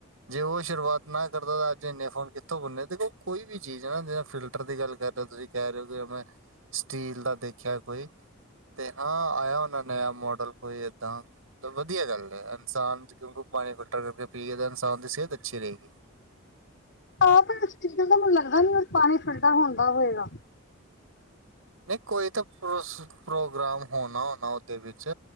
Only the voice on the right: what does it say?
ਜੇ ਉਹ ਸ਼ੁਰੂਆਤ ਨਾ ਕਰਦਾ ਤਾਂ ਅੱਜ ਇਨੇ ਫੋਨ ਕਿੱਥੋਂ ਬਣਨੇ ਸੀ, ਦੇਖੋ ਵੀ ਚੀਜ਼ ਹੈ ਨਾ ਜਿਵੇਂ ਫਿਲਟਰ ਦੀ ਗੱਲ ਕਰ ਜਿਦਾ ਤੁਸੀਂ ਕਹਿ ਰਹੇ ਹੋ ਕਿ ਮੈਂ ਸਟੀਲ ਦਾ ਦੇਖਿਆ ਕੋਈ ਤੇ ਹਾਂ ਆਇਆ ਹੋਣਾ ਨਵਾਂ ਮਾਡਲ ਕੋਈ ਇਦਾਂ ਤਾਂ ਵਧੀਆ ਗੱਲ ਹੈ ਇਨਸਾਨ ' ਚ ਕਿਉਂਕਿ ਪਾਣੀ ਫਿਲਟਰ ਕਰਕੇ ਪੀਏਗਾ ਇਨਸਾਨ ਤਾਂ ਸਿਹਤ ਅੱਛੀ ਰਹੇਗੀ।
ਨਹੀਂ ਕੋਈ ਤਾਂ ਪ੍ਰੋਸ ਪ੍ਰੋਗਰਾਮ ਹੋਣਾ ਹੋਣਾ ਉਹਦੇ ਵਿੱਚ,